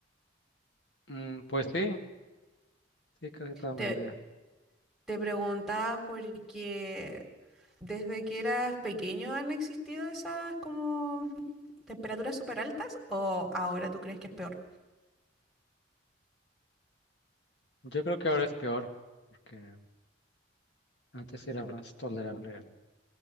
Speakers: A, on the left; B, in the centre.
A: Mm, pues sí, sí, casi toda mi
B: Te,
A: vida.
B: te preguntaba porque desde que eras pequeño han existido esas como temperaturas súper altas o ahora tú crees que es peor?
A: Yo creo que ahora es peor porque antes sí era más tolerable el,